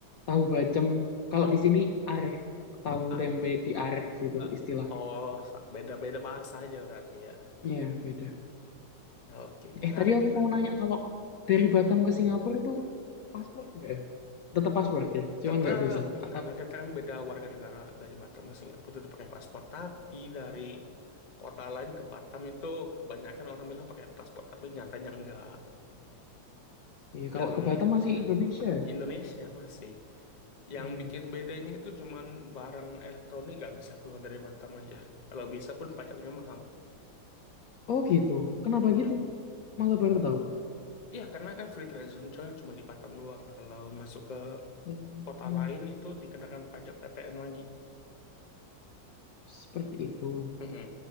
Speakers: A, on the left (about 60°); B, on the left (about 30°).
A: tahu bacem. Kalau di sini areh, tahu
B: A,
A: tempe di areh gitu
B: E,
A: istilahnya.
B: oh beda-beda bahasa aja berarti ya.
A: Iya, beda.
B: Ya, Oke, menarik,
A: Eh, tadi aku
B: menarik.
A: mau nanya kalau dari Batam ke Singapura itu paspor nggak ya? Tetap paspor ya, cuman
B: Tetap
A: nggak visa. Atau
B: karena kita kan beda warga negara dari Batam ke Singapura itu pakai paspor, tapi dari kota lain ke Batam itu kebanyakan orang bilang pakai paspor, tapi nyatanya enggak.
A: iya, kalau
B: Yang
A: ke Batam masih
B: mm,
A: Indonesia ya.
B: Indonesia masih. Yang
A: Iya.
B: bikin bedanya itu cuman barang elektronik nggak bisa keluar dari Batam aja. Kalau bisa pun pajaknya mahal.
A: Oh gitu. Kenapa
B: Mm-mm.
A: gitu? Malah baru tahu.
B: Iya, karena kan free trade zone coy cuma di Batam doang. Kalau masuk ke
A: Hmm,
B: kota lain itu dikenakan pajak PPN lagi.
A: seperti itu.
B: Mm-mm.